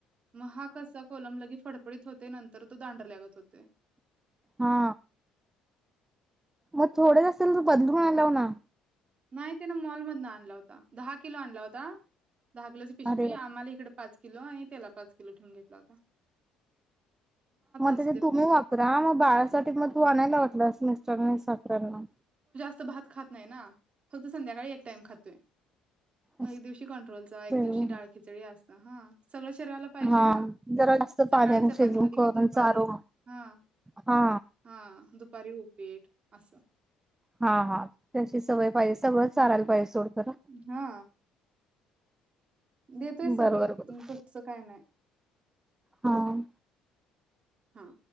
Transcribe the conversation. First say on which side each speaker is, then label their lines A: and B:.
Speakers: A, on the right (about 40°); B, on the right (about 15°).
A: म हा कसा कोलम लगी फड पडीत होते नंतर तो दांडर ल्यागत होतेय.
B: हा. मग थोडेच असेल तर बदलून आनाव ना,
A: नाही तिनं मॉलमधन आणला होता दहा किलो आणला होता. दहा किलोची पिशवी
B: अरे वा
A: आम्हाला इकड पाच किलो आणि त्याला पाच किलो ठेवून घेतो आता.
B: म
A: असू
B: त्याच्यात
A: दे म्हटलं.
B: तुम्हू वापरा म बाळासाठी म तू आणायला वाटलं असेल. करने सासाऱ्यांना
A: च भात खात नाही ना फक्त संध्याकाळी एक टाइम खातोय म
B: असं
A: एक दिवशी की कंट्रोलचा एक
B: आहे
A: दिवशी
B: व्हय.
A: डाळ खिचडी असत ह सगळ शरीराला पाहिजे
B: हा
A: ना
B: जरा जास्त
A: सकाळी
B: पाण्याने
A: चपाती
B: शिजून
A: खाली
B: करून
A: दुपारी
B: चारो
A: हां
B: हा
A: हा दुप पारी उपीट असं.
B: हा हा त्याची सवय पाहिजे सगळंच चारायला पाहिजे सोड. खरं
A: हा. देतोय सगळं
B: बरोबर बरोबर
A: तस काय नाही.
B: हा
A: हा.